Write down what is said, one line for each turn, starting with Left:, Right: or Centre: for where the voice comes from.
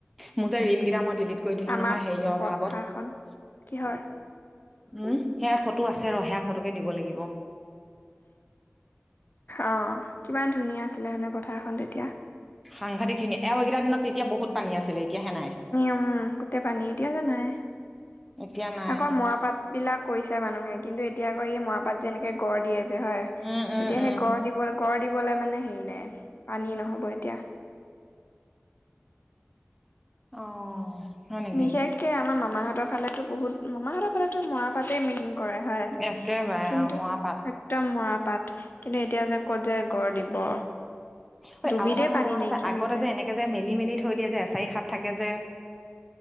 Centre: মোৰ যে ৰিল কেইটা মই ডিলিট কৰি দিলো
Left: আমাৰ
Centre: নহয় সেয়ৰ অভাৱত।
Left: পথাৰখন কিহৰ
Centre: উম, সেয়া ফটো আছে ৰ সেয়া ফটোকে দিব লাগিব।
Left: অ, কিমান ধুনীয়া আছিলে মানে পথাৰখন তেতিয়া
Centre: সাংঘাতিখিনি এও এইকেইটা দিনত তেতিয়া বহুত পানী আছিলে এতিয়া হে নাই।
Left: উম, গোটে পানী এতিয়া যে নাই
Centre: এতিয়া নাই।
Left: আকৌ মৰা পাত বিলাক কৈছে মানুহে কিন্তু এতিয়া আকৌ ই মৰাপাত যেনেকে গড় দিয়ে যে হয়।
Centre: উম, উম,
Left: এতিয়া
Centre: উম।
Left: সেই গড় দিব গড় দিবলে মানে হেৰি নাই পানী নহব এতিয়া।
Centre: অ', হয় নেকি?
Left: বিশেষকে আমাৰ মামাহতৰ ফালেতো বহুত মামাহঁতৰ ফালেতো মৰা পাতেই মেন। কৰা হয়।
Centre: একেবাৰে
Left: কিন্তু
Centre: আৰু মৰাপাট।
Left: একদম মৰাপাত কিন্তু এতিয়া যে ক'ত যে গঢ় দিব।
Centre: হয়
Left: ডুবিতে
Centre: আৰু এটা কথা
Left: পানী
Centre: মনত
Left: নাইকিয়া
Centre: আছে আগতে
Left: হৈছে
Centre: যে এনেকে যে মেলি মেলি থৈ দিয়ে যে এচাৰি খাত থাকে যে।